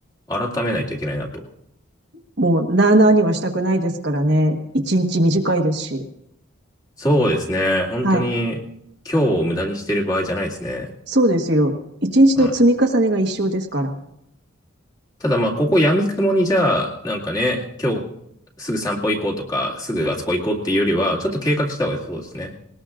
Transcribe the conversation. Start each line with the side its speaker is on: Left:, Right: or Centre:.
Left: 改めないといけないなと。
Right: もう、なあなあにはしたくないですからね。一日短いですし。
Left: そうですね、本当に、
Right: はい。
Left: 今日を無駄にしてる場合じゃないですね。
Right: そうですよ。一日の積み重ねが一生ですから。
Left: うんただまあ、ここ闇雲にじゃあ、なんかね、今日すぐ散歩行こうとか、すぐあそこ行こうっていうよりは、ちょっと計画した方が良さそうですね。